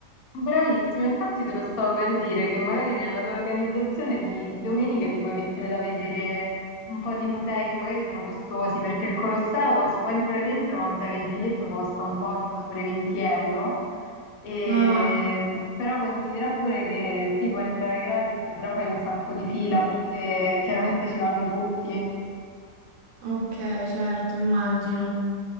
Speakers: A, on the left; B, on the right.
A: Bravissima, infatti te lo stavo per dire che magari nella tua organizzazione di, di domenica ti puoi mettere da vedere un po' di musei che magari sono costosi perché il Colosseo si può entrare dentro, ma mi sa che il biglietto costa un po' tipo sopra i 20 euro. E,
B: Ah,
A: però considera pure che si può entrare gratis, però fai un sacco di fila perché chiaramente ci vanno tutti.
B: ok, certo, immagino.